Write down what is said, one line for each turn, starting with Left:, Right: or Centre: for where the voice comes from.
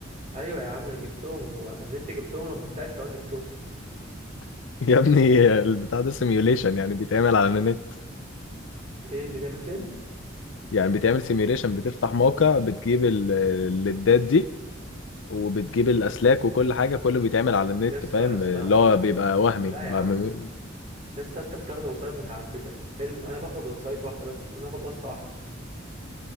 Right: ايوه يا عم جبتهم ونزلت جبتهم لما طلعت كمان جبتهم
Left: <laughs> يا ابني آه، البتاع ده سيميوليشن يعني بيتعمل على النت
Right: ايه بتعمل فين
Left: يعني بيتعمل سيميوليشن بتفتح موقع بتجيب ال- الليدات دي وبتجيب الاسلاك وكل حاجه كله بيتعمل على النت
Right: يا اسطى
Left: فاهم
Right: يا اسطى
Left: اللي هو بيبقى وهمي
Right: لا يا
Left: ما-
Right: عم
Left: ما-
Right: يا اسطى انت بتاخد وسايط متعدده حلو انا باخد وسايط واحده بس انا باخد واسطه واحده